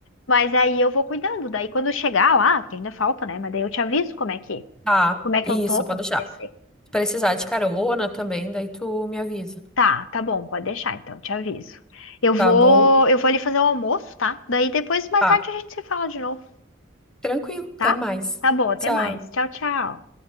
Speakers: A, on the left (about 70°); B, in the centre.
A: Mas aí eu vou cuidando. Daí quando chegar lá, que ainda falta, né? Mas daí eu te aviso como é que,
B: Tá,
A: como é que
B: isso,
A: eu tô,
B: pode
A: como
B: deixar.
A: é que vai ser.
B: Se precisar de carona também, daí tu me avisa.
A: Tá, tá bom, pode deixar então, te aviso. Eu vou,
B: Tá bom?
A: eu vou ali fazer o almoço, tá? Daí depois, mais
B: Tá.
A: tarde, a gente se fala de novo,
B: Tranquilo,
A: tá?
B: até mais.
A: Tá bom, até
B: Tchau.
A: mais. Tchau, tchau.